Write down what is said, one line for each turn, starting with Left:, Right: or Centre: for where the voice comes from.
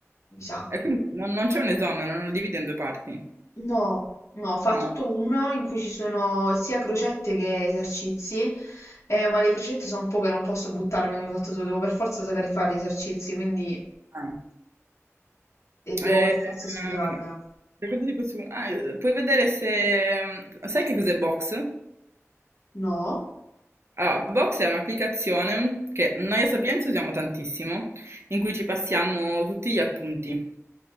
Left: mi sa.
Right: E quindi non, non c'è un esonero, non lo divide in due parti.
Left: No, no, fa
Right: No.
Left: tutto uno in cui ci sono sia crocette che esercizi, eh, ma le crocette sono poche, non posso buttarmi come hai fatto tu, devo per forza saperli fare gli esercizi, quindi
Right: Ah.
Left: eh, devo
Right: E,
Left: per forza studiarmela.
Right: ehm, che cosa ti posso- ah, eh, puoi vedere se... um, Sai che cos'è Box?
Left: No?
Right: Allora, Box è un'applicazione che noi a Sapienza usiamo tantissimo, in cui ci passiamo tutti gli appunti.